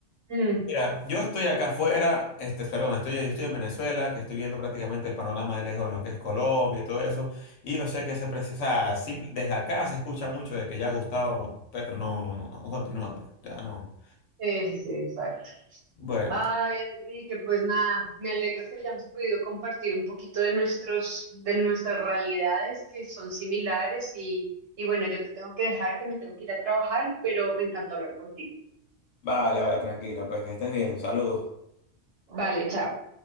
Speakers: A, on the right; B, on the left.
A: Mm,
B: Mira, yo estoy acá afuera, este, perdón, estoy, yo estoy en Venezuela, que estoy viendo prácticamente el panorama de lejos en lo que es Colombia y todo eso, y yo sé que se, pres- o sea, simple- desde acá se escucha mucho de que ya Gustavo Petro no, no, no, no continúa, pues, ya no.
A: sí, sí, sí, exacto.
B: Bueno.
A: Ay, Enrique, pues nada, me alegro que hayamos podido compartir un poquito de nuestros, de nuestras realidades que son similares y, y bueno, yo te tengo que dejar que me tengo que ir a trabajar, pero me encantó hablar contigo.
B: Vale, vale, tranquila, pues que estés bien. Saludos.
A: Vale, chao.